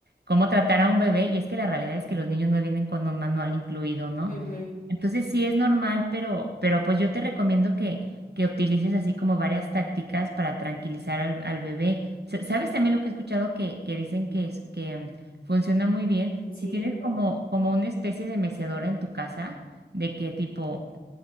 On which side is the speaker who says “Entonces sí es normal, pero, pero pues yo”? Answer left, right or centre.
Right